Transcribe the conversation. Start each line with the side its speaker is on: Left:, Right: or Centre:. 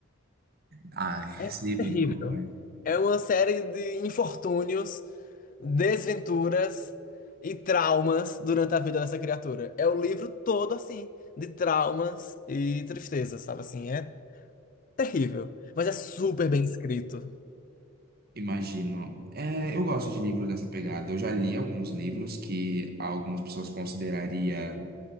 Right: Ai, <laughs>
Left: É
Right: sei bem
Left: terrível.
Right: como é.
Left: É uma série de infortúnios, desventuras e traumas durante a vida dessa criatura. É o livro todo assim, de traumas e tristeza, sabe assim? É terrível, mas é super bem escrito.
Right: Imagino. É, eu gosto de livros nessa pegada. Eu já li alguns livros que algumas pessoas consideraria